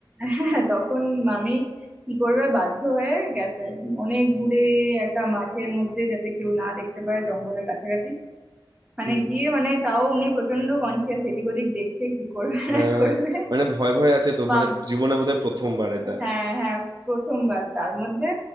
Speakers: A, on the right; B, on the right.
A: হ্যাঁ তখন মামি কি করবে বাধ্য হয়ে গেছে অনেক দূরে একটা মাঠের মধ্যে যাতে কেউ না দেখতে পায় জঙ্গলের কাছাকাছি মানে
B: হুম
A: গিয়ে মানে তাও উনি প্রচন্ড কনসিয়াস এদিক ওদিক দেখছে কি করবে
B: হ্যাঁ
A: না করবে
B: মানে ভয় ভয় আছে তো
A: মাম
B: মানে জীবনে বোধহয় প্রথমবার এটা
A: হ্যাঁ হ্যাঁ প্রথমবার তার মধ্যে